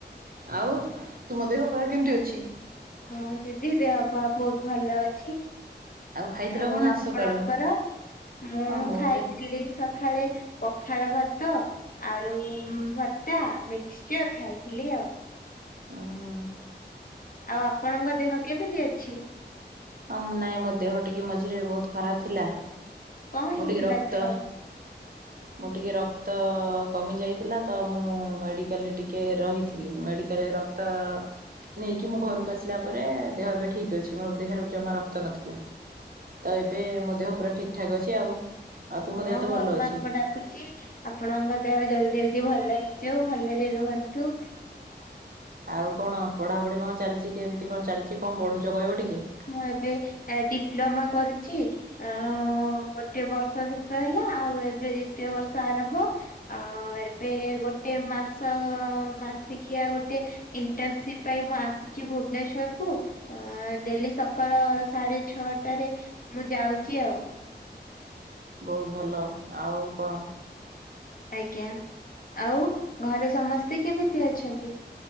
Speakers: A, on the right (about 55°); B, on the left (about 50°).
A: ଆଉ ତୁମ ଦେହ ପା କେମିତି ଅଛି?
B: ହଁ ଦିଦି ଦେହ ପା ବହୁତ ଭଲ ଅଛି।
A: ଖାଇଥିଲ
B: ଆଉ
A: କଣ
B: ଆପଣଙ୍କର?
A: ଆଜି ସକାଳୁ?
B: ମୁଁ
A: ହଁ ମୋ
B: ଖାଇଥିଲି
A: ଦେ
B: ସ ଖାଳେ ପଖାଳ ଭାତ ଆଳୁ ଉଁ, ଭର୍ତ୍ତା ମିକ୍ସଚର୍ ଖାଇଥିଲି ଆଉ।
A: ଅଁ, ହଁ।
B: ଆଉ ଆପଣଙ୍କ ଦେହ କେମିତି ଅଛି?
A: ହଁ ନାଇଁ ମୋ ଦେହ ଟିକେ ମଝିରେ ବହୁତ ଖରାପ ଥିଲା।
B: କଣ ହେଇଥିଲା
A: ମୁଁ ଟିକେ ରକ୍ତ
B: ଦେହ?
A: ମୁଁ ଟିକେ ରକ୍ତ କମି ଯାଇଥିଲା ତ ମୁଁ ମେଡିକାଲ୍ ରେ ଟିକେ ରହିଥିଲି। ମେଡିକାଲ୍ ରେ ରକ୍ ତ ନେଇକି ମୁଁ ଘରକୁ ଆସିଲା ପରେ ଦେହ ଏବେ ଠିକ ଅଛି। ମୋ ଦେହରେ ଜମା ରକ୍ତ ନଥିଲା, ତ ଏବେ ମୋ ଦେହ ପୁରା ଠିକ ଠାକ୍ ଅଛି ଆଉ। ଆଉ ତୁମ
B: ହଁ
A: ଦେହ ତ
B: ଭଗବାନଙ୍କୁ
A: ଭଲ ଅଛି।
B: ଡାକୁ ଚି ଆପଣଙ୍କ ଦେହ ଜଲଦି ଜଲଦି ଭଲ ହେଇଯାଉ ଭଲରେ ରୁହନ୍ତୁ।
A: ଆଉ କଣ ପଢ଼ାପଢ଼ି କଣ ଚାଲିଚି, କେମିତି କଣ ଚାଲିଚି, କଣ ପଢ଼ୁଚ କହିବ ଟିକେ?
B: ମୁଁ ଏବେ ତ ଡିପ୍ଲୋମା କରୁଛି। ଅ, ଗୋଟିଏ ବର୍ଷ ଶେଷ ହେଲା। ଆଉ ଏବେ ଦିତୀୟ ବର୍ଷ ଆରମ୍ଭ। ଅ, ଏବେ ଗୋଟିଏ ମାସ ମାସିକିଆ ଗୋଟେ ଇଣ୍ଟର୍ନସିପ୍ ପାଇଁ ମୁଁ ଆସିଚି ଭୁବନେଶ୍ଵରକୁ। ଅଁ, ଡେଲି ସକାଳ ସାଡେ ଛଅଟାରେ ମୁଁ ଯାଉଚି ଆଉ।
A: ବହୁତ ଭଲ। ଆଉ କଣ
B: ଆଜ୍ଞା ଆଉ ଘରେ ସମସ୍ ସେ କେମିତି ଅଛନ୍ତି?